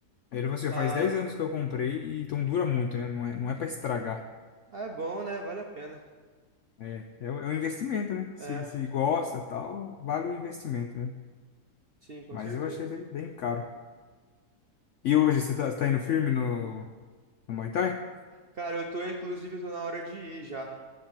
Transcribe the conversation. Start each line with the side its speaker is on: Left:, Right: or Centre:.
Left: Ele falou assim, "Ó,
Right: Ah,
Left: faz 10 anos que eu comprei, e então dura muito, né? Não é, não é para estragar.
Right: ah, é bom, né? Vale a pena.
Left: É, é, um- é um investimento, né? Se,
Right: É,
Left: se gosta, tal, vale o investimento, né?
Right: sim, com
Left: Mas
Right: certeza.
Left: eu achei bem, bem caro. E hoje você tá, você tá indo firme no, no Muay Thai?
Right: Cara, eu tô, inclusive, eu tô na hora de ir já.